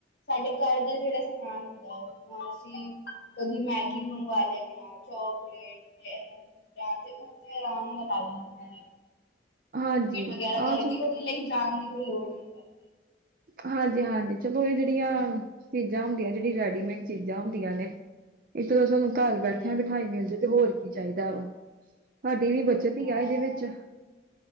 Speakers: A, on the left (about 80°); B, on the right (about 50°).
A: ਸਾਡੇ ਘਰ ਦਾ ਜੇੜਾ ਸਮਾਨ ਹੁੰਦਾ ਜਿੱਦਾਂ ਅਸੀਂ ਕਦੀ ਮੈਗੀ ਮੰਗਵਾ ਲੈਨੇ ਆ ਚੋਕਲੇਟ ਤੇ ਏਦਾ ਦੀ ਚੀਜਾਂ ਤੇ ਉਹ ਤੇ ਆਰਾਮ ਨਾਲ ਆ ਜਾਂਦੀਆਂ ਨੇ।
B: ਹਾਂਜੀ
A: ਮਿਟਿਗ ਵਗੈਰਾ ਕਰਕੇ
B: ਆਹ ਚਲ
A: ਉਹਦੇ ਲਈ ਜਾਣ ਦੀ ਕੋਈ ਲੋੜ ਹੀ ਨੀ ਪੈਂਦੀ।
B: ਹਾਂਜੀ-ਹਾਂਜੀ, ਚਲੋ ਇਹ ਜਿਹੜੀਆਂ ਚੀਜ਼ਾਂ ਹੁੰਦੀਆਂ ਜਿਹੜੀ ਰੈਡੀਮੇਡ ਚੀਜ਼ਾਂ ਹੁੰਦੀਆਂ ਨੇ ਇਸ ਘਰ ਬੈਠਿਆਂ-ਬਿਠਾਏ
A: ਹਮ
B: ਮਿਲ ਜਾਏ ਤੇ ਹੋਰ ਕੀ ਚਾਹੀਦਾ ਵਾ, ਸਾਡੀ ਵੀ ਬੱਚਤ ਹੀ
A: ਹਾਂ
B: ਆ ਇਹਦੇ ਵਿੱਚ।